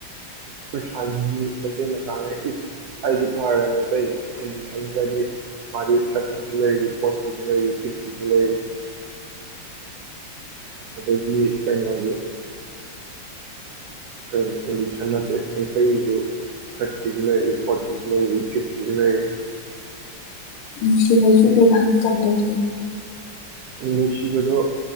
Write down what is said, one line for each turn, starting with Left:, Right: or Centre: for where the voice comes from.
Right: ꯑꯩꯈꯣꯏ ꯁꯥꯟ ꯃꯩꯇꯩ ꯃꯆꯥ ꯏꯁ ꯍꯥꯏꯗꯤ ꯐꯔꯃꯦ ꯑꯇꯩ ꯑꯦꯗꯤꯁꯟꯒꯗꯤ ꯃꯥꯗꯤ ꯊꯥꯔꯠꯀꯤꯁꯨ ꯂꯩꯔꯤ ꯐꯣꯔꯠꯀꯤꯁꯨ ꯂꯩꯔꯤ ꯐꯤꯐꯀꯤꯁꯨ ꯂꯩꯔꯤ ꯑꯗꯒꯤ ꯀꯩꯅꯣꯁꯨ ꯀꯩꯅꯣ ꯑꯦꯗꯤꯁꯟ ꯅꯠꯇꯦ ꯆꯤꯡꯈꯩꯒꯤꯁꯨ ꯊꯥꯔꯠꯀꯤꯁꯨ ꯂꯩꯔꯤ ꯐꯣꯔꯠꯀꯤꯁꯨ ꯂꯩꯔꯤ ꯐꯤꯐꯀꯤꯁꯨ ꯂꯩꯔꯤ
Left: ꯅꯨꯡꯁꯤꯕꯁꯨ ꯕꯤꯚꯥꯟ ꯀꯧꯗꯧꯔꯤ
Right: ꯅꯨꯡꯁꯤꯕꯗꯣ